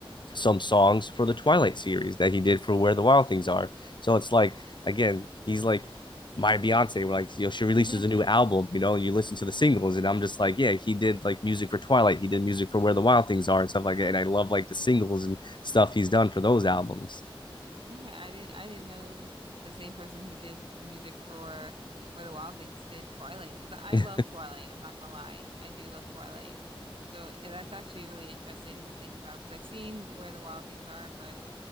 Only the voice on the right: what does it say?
<laughs>
Okay, I didn't I didn't know the same person who did the music for Where the Wild Things did Twilight because I
love Twilight. I'm not gonna lie, I do love Twilight. So yeah, that's actually really interesting to think about because I've seen Where the Wild Things Are, but